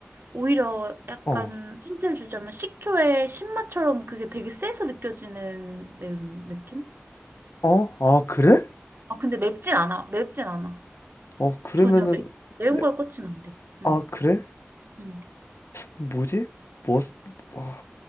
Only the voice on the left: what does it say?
어.
어? 아, 그래?
어, 그러면은,
네,
아, 그래?
뭐지? 뭐, 와,